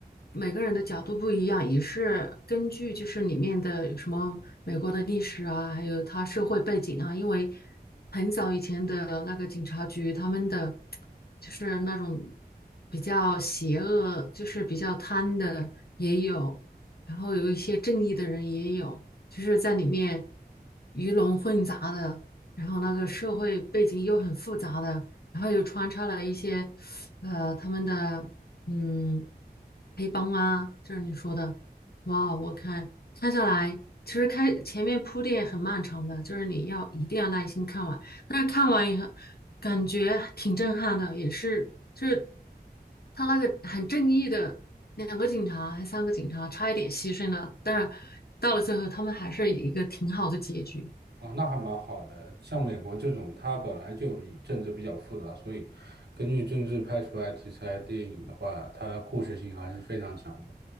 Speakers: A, on the left; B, on the right.
A: 每个人的角度不一样，也是根据就是里面的有什么美国的历史啊，还有他社会背景啊，因为很早以前的那个警察局，他们的就是那种比较邪恶，就是比较贪的也有，然后有一些正义的人也有。就是在里面鱼龙混杂的，然后那个社会背景又很复杂的，然后又穿插了一些呃他们的嗯黑帮啊，就是你说的，哇，我看看下来，其实开前面铺垫很漫长的，就是你要一定要耐心看完，但是看完以后感觉挺震撼的，也是就是他那个很正义的。两个警察还三个警察，差一点牺牲了，但是到了最后，他们还是一个挺好的结局
B: 啊，那还蛮好的。像美国这种，它本来就以政治比较复杂，所以根据政治拍出来题材电影的话，它故事性还是非常强的。